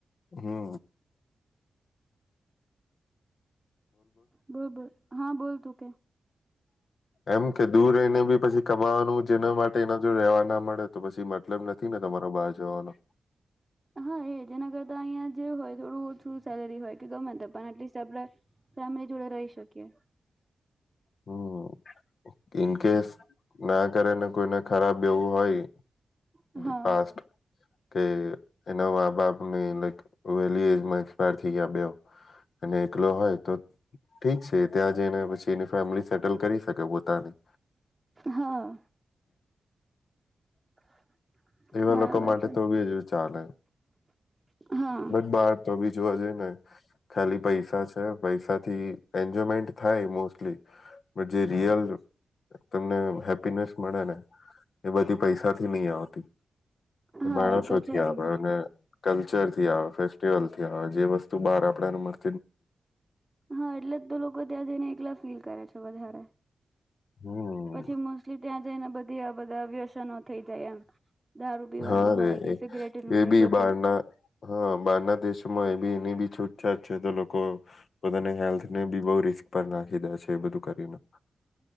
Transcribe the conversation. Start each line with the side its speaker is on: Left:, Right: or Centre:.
Left: હમ
Right: બોલ બોલ હા બોલ તું કે
Left: એમ કે દૂર રહીને બી પછી કમાવાનું જેના માટે એના જો રેવા ના મળે તો પછી મતલબ નથી ને તમારો બહાર જવાનો
Right: હા એ જેના કરતા <unintelligible> જે હોય થોડું ઓછું સેલેરી હોય કે ગમે પણ એટલીસ્ટ આપડે ફેમિલી જોડે રહી શકીએ
Left: હમ ઇનકેસ ના કરે ને કોઈને ખરાબ એવું હોય
Right: હા
Left: દી પાસ્ટ કે એના મા બાપ ને લક વહેલી એજમાં એક્સપાયર થઈ ગયા બે અને એકલો હોય તો ઠીક છે ત્યાં જઈને પછી એ ફેમિલી સેટલ કરી શકે પોતાની
Right: હા <inaudible>
Left: એવા
Right: બરાબર
Left: લોકો માટે
Right: છે
Left: તો બી હજ ચાલે
Right: હા
Left: બટ બાર તો બી જોવા જઈએ ને ખાલી પૈસા છે પૈસા થી એન્જોયમેન્ટ થાય મોસ્ટલી બ જે રિયલ તમને હેપીનેસ મળે ને એ બધી પૈસા થી નહી આવતી
Right: હા
Left: માણસો
Right: એ તો છે
Left: થી આવે
Right: જ ને
Left: અને કલ્ચર થી આવે ફેસ્ટિવલ થી આવે જેસ્ુ સ્ બાર આપેને મળ
Right: હા એટલે જ તો લોકો ત્યાં જઈને એકલા ફીલ કરે છે વધારે
Left: હમ
Right: પછી મોસ્ટલી ત્યાં જઈને બધી આ બધા વ્યસનો થઈ જાય એમ દારૂ પીવાનું
Left: હા
Right: હોય
Left: રે
Right: કે સિગરેટ નું
Left: એ
Right: ને
Left: બી
Right: બધું
Left: બારના હા બહારના દેશમાં એ બી એની બી છૂટછાટ છે તો લોકો પોતાને હેલ્થ ને બી બહ રિસ્ક પર નાખી દે છે એ બધું કરીને